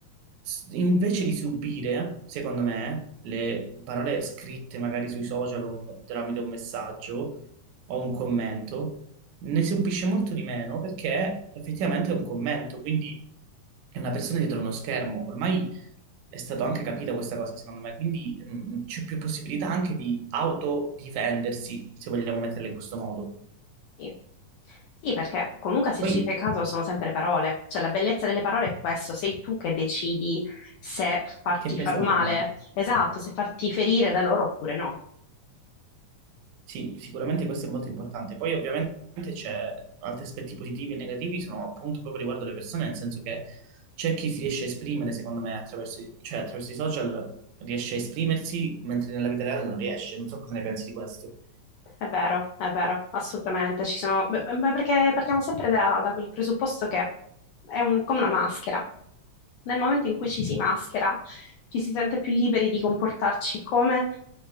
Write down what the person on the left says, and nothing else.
sì. Sì, perché comunque se
ci fai caso sono sempre parole, cioè la bellezza delle parole è questo, sei tu che decidi se farti
far male,
esatto, se farti ferire da loro oppure no.
È vero, è vero, assolutamente. Ci sono... beh, beh, beh, perché partiamo sempre da, da quel presupposto che è un- come una maschera. Nel momento in cui ci si maschera, ci si sente più liberi di comportarci come